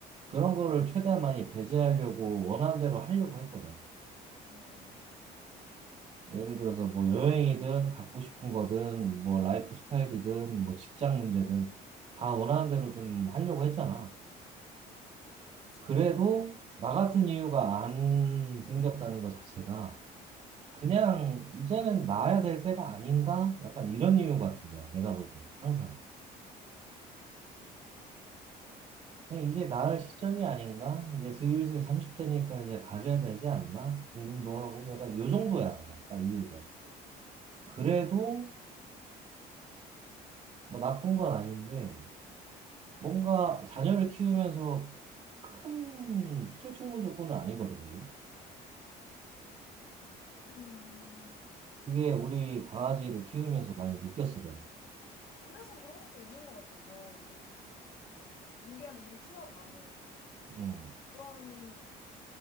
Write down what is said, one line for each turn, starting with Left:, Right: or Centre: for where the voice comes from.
Right: 그런 거를 최대한 많이 배제하려고 원하는 대로 하려고 했거든.
Left: 음,
Right: 예를 들어서 뭐 여행이든 갖고 싶은 거든 뭐 라이프 스타일이든 뭐 직장 문제든 다 원하는 대로 좀 하려고 했잖아.
Left: 그렇지.
Right: 그래도 나 같은 이유가 안 생겼다는 것 자체가
Left: 음,
Right: 그냥 이제는 나아야 될 때가 아닌가? 약간 이런 이유 같은 거야. 내가 볼 때. 항상. 그냥
Left: 음,
Right: 이제 나을 시점이 아닌가? 이제 슬슬 30대니까 이제 가져야 되지 않나? 궁금도 하고 약간 요 정도야. 그냥 딱 이유가. 그래도 뭐 나쁜 건 아닌데 뭔가 자녀를 키우면서 큰 필요 충분 조건은 아니거든, 그게.
Left: 음,
Right: 그게 우리 강아지를
Left: 음.
Right: 키우면서 많이 느꼈어, 내가.
Left: 그래서 그런 것도 있는 것 같아. 더 좀, 어, 뭉게를 이미 키워봐서.
Right: 음.
Left: 그런,